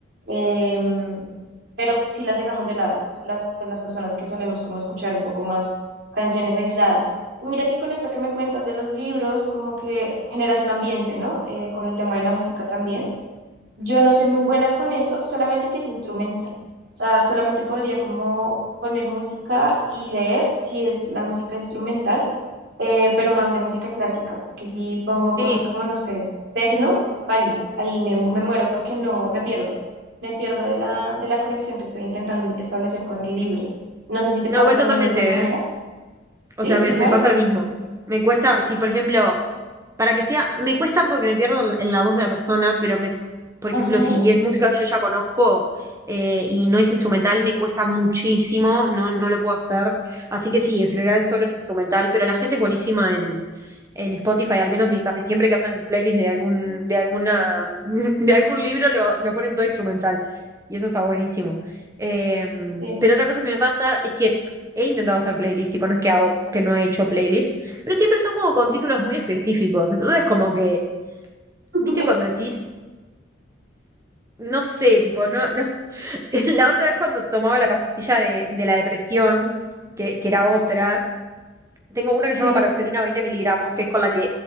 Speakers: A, on the right (about 65°); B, on the right (about 15°).
A: Em, pero si las dejamos de lado, las, pues las personas que solemos como escuchar un poco más canciones aisladas. Y Mira que con esto que me cuentas de los libros, como que generas un ambiente, ¿no? Eh, con el tema de la música también. Yo no soy muy buena con eso, solamente si es instrumental. O sea, solamente podría como poner música y leer si es la música instrumental, eh, pero más de música clásica, porque si pongo
B: Sí,
A: cosas como, no sé, tecno, baila, ahí me, me muero porque no, me pierdo, me pierdo de la, de la conexión que estoy intentando establecer con el libro. No sé si te
B: no,
A: pase
B: igual
A: también
B: totalmente,
A: de esa manera,
B: ¿eh?
A: ¿sí?
B: O sea, me,
A: Igual.
B: me pasa lo mismo. Me cuesta, si por ejemplo, para que sea, me cuesta porque me pierdo en la en la voz de la persona, pero me, por
A: Ajá,
B: ejemplo, si es música que yo ya conozco eh, y no es instrumental, me cuesta muchísimo, no, no lo puedo hacer. Así que sí, en general solo es instrumental, pero la gente es buenísima en, en Spotify, al menos y casi siempre que hacen playlists de algún, de alguna, <laughs> de algún libro lo, lo ponen todo instrumental. Y eso está buenísimo. Eh,
A: sí,
B: pero otra cosa que me pasa es que He intentado hacer playlist, tipo, no es que hago, que no he hecho playlist, pero siempre son como con títulos muy específicos. Entonces, como que,
A: <laughs>
B: ¿viste cuando decís, no sé, tipo, no, no. <laughs> La otra vez cuando tomaba la pastilla de, de la depresión, que, que era otra, tengo una que
A: sí,
B: se llama paroxetina 20 miligramos, que es con la que